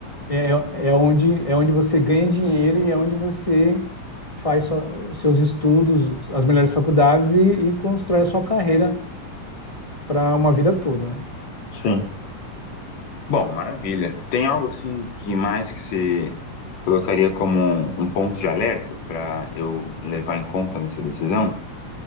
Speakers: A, on the left; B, on the left.
A: é, é é onde, é onde você ganha dinheiro e é onde você faz sua- os seus estudos, as melhores faculdades e, e constrói a sua carreira para uma vida toda, né?
B: Sim. Bom, maravilha. Tem algo assim que mais que você colocaria como um, um ponto de alerta para eu levar em conta nessa decisão.